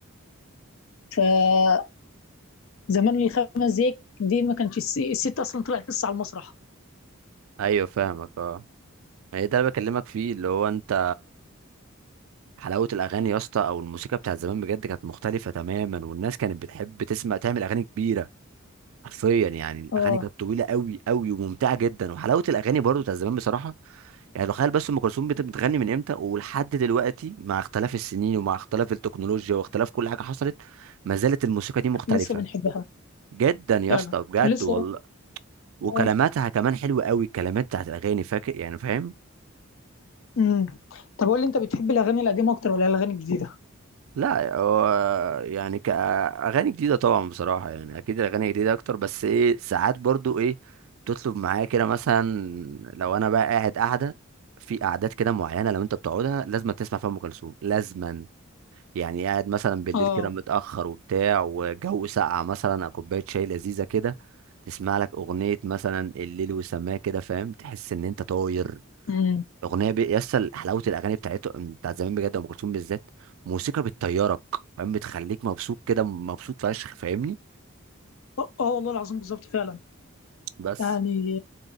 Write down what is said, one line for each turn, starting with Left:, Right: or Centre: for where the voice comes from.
Left: فزمان الخمس دقايق دي ما كانش الس- الست اصلا طلعت لسه على المسرح
Right: ايوه فاهمك اه هي ده اللي بكلمك فيه اللي هو انت حلاوه الاغاني يا اسطى او الموسيقى بتاعت زمان بجد كانت مختلفه تماما والناس كانت بتحب تسمع تعمل اغاني كبيره حرفيا يعني الاغاني
Left: اه
Right: كانت طويله قوي قوي وممتعه جدا وحلاوه الاغاني برضو بتاعت زمان بصراحه يعني تخيل بس ام كلثوم بت- بتغني من امتى ولحد دلوقتي مع اختلاف السنين ومع اختلاف التكنولوجيا واختلاف كل حاجه حصلت ما زالت الموسيقى دي مختلفه
Left: لسه بنحبها
Right: جدا يا
Left: فعلا
Right: اسطى بجد
Left: ولسه
Right: والله وكلماتها
Left: اه
Right: كمان حلوه قوي الكلمات بتاعت الاغاني فاكر يعني فاهم
Left: امم طب قول لي انت بتحب الاغاني القديمه اكتر ولا الاغاني الجديده
Right: لا هو يعني كأغاني جديدة طبعا بصراحة يعني أكيد الأغاني جديدة أكتر بس إيه ساعات برضو إيه تطلب معايا كده مثلا لو أنا بقى قاعد قاعدة في قعدات كده معينة لو أنت بتقعدها لازم تسمع فيها أم كلثوم لازما يعني قاعد مثلا بالليل
Left: اه
Right: كده متأخر وبتاع وجو ساقع مثلا أو كوباية شاي لذيذة كده تسمع لك أغنية مثلا الليل وسماه كده فاهم تحس إن أنت طاير
Left: امم
Right: الاغنيه بي... يسطا حلاوه الاغاني بتاعته بتاعت زمان بجد ام كلثوم بالذات موسيقى بتطيرك فاهم بتخليك مبسوط كده مبسوط فشخ فاهمني
Left: اه آه والله العظيم بالظبط فعلا
Right: بس
Left: يعني